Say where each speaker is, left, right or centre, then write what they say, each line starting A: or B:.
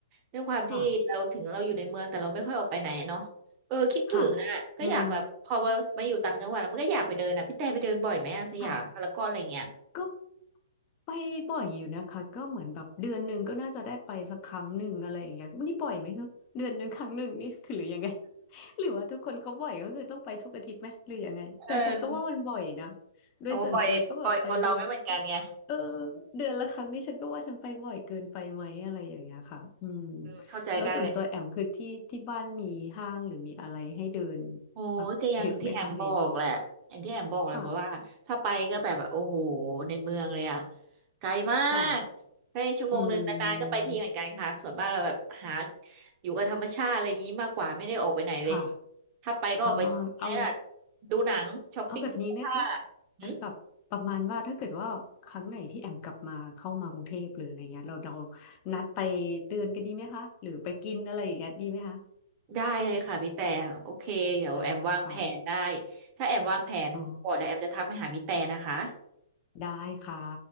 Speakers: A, on the right; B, on the left.
A: ด้วยความที่เราถึงเราอยู่ในเมืองแต่เราไม่ค่อยออกไปไหนอะเนาะเออคิดถึงอ่ะก็อยากแบบพอมามาอยู่ต่างจังหวัดแล้วมันก็อยากไปเดินอ่ะพี่แต่ไปเดินบ่อยไหมอะสยามพารากอนอะไรเงี้ย
B: ค่ะค่ะอืมค่ะ ก็ไปบ่อยอยู่นะคะก็เหมือนแบบเดือนหนึ่งก็น่าจะได้ไปสักครั้งหนึ่งอะไรอย่างเงี้ยนี่บ่อยไหมคะเดือนหนึ่งครั้งหนึ่งนี่คือหรือยังไง <laughs> หรือว่าทุกคนเขาบ่อยก็คือต้องไปทุกอาทิตย์ไหมหรือยังไงแต่ฉันก็ว่ามันบ่อยนะ
A: เออ
B: โดยส่วนตัวก็แบบไปเดือน
A: โอ้บ่อยบ่อยคนเราไม่เหมือนกันไง
B: เออเดือนละครั้งนี่ฉันก็ว่าฉันไปบ่อยเกินไปไหมอะไรอย่างเงี้ยค่ะอืม
A: อืมเข้าใจได้เลย
B: แล้วส่วนตัวแอมคือที่ที่บ้านมีห้างหรือมีอะไรให้เดิน
A: โอ้ยก็อย่างที่แอมบอกแหละอย่างที่แอมบอกแหละเพราะว่าถ้าไปก็แบบโอ้โห
B: แบบเยอะไหมคะเลยงไงค่ะ
A: ในเมืองเลยอะไกลมาก
B: ค่ะ
A: แค่ชั่วโมงหนึ่งนานๆก็ไปทีเหมือนกันค่ะส่วนมากเราแบบหา
B: อืม
A: อยู่กับธรรมชาติอะไรอย่างนี้มากกว่าไม่ได้ออกไปไหนเลย
B: ค่ะ
A: ถ้าไปก็ออกไปไงล่ะ
B: อ๋อเอา
A: ดูหนังช้อปปิ้งเสื้อผ้า
B: เอาแบบนี้ไหมคะ
A: หืม
B: ไอ้แบบประมาณว่าถ้าเกิดว่าครั้งไหนที่แอมกลับมาเข้ามากรุงเทพหรืออะไรเงี้ยเราเรานัดไปเดินกันดีไหมคะหรือไปกินอะไรอย่างเงี้ยดีไหมคะ
A: ได้เลยค่ะพี่แต่โอเคเดี๋ยวแอมวางแผนได้
B: ได้ค่ะ
A: ถ้าแอมวางแผนก่อนแล้วแอมจะทักไปหาพี่แต่นะคะ
B: อ๋อได้ค่ะ